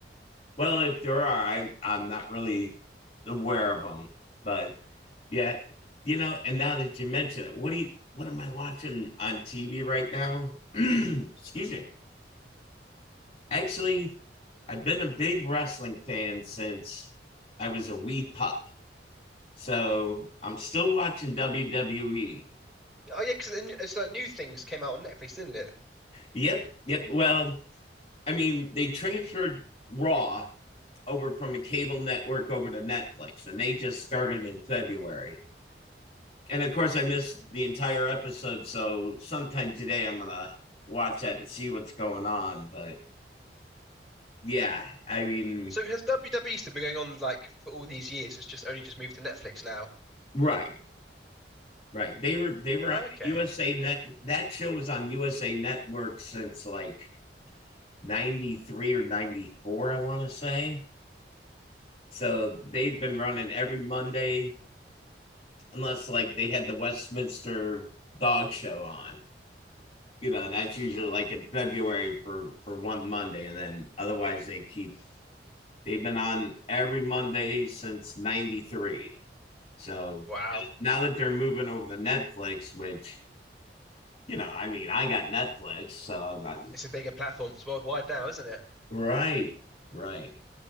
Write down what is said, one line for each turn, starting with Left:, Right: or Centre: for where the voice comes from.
Left: Well, if there are, I, I'm not really aware of them, but yeah, you know. And now that you mention it, what do you, what am I watching on TV right now? <clears throat> Excuse me. actually, I've been a big wrestling fan since I was a wee pup. So I'm still watching WWE.
Centre: Oh yeah, because it's like new things came out on Netflix, didn't it?
Left: Yep, yep. Well, I mean, they transferred Raw over from a cable network over to Netflix, and they just started in February. And of course, I missed the entire episode. So sometime today, I'm going to watch that and see what's going on. But yeah, I mean,
Centre: So has WWE still been going on like for all these years? It's just only just moved to Netflix now.
Left: right. Right. They were they were
Centre: Okay.
Left: on the USA Net. That show was on USA Network since like '93 or '94, I want to say. So they've been running every Monday, unless like they had the Westminster Dog Show on. You know, that's usually like in February for for one Monday, and then otherwise they keep. They've been on every Monday since '93. So
Centre: Wow.
Left: now that they're moving over to Netflix, which you know, I mean, I got Netflix, so I,
Centre: It's a bigger platform. It's worldwide now, isn't it?
Left: right, right.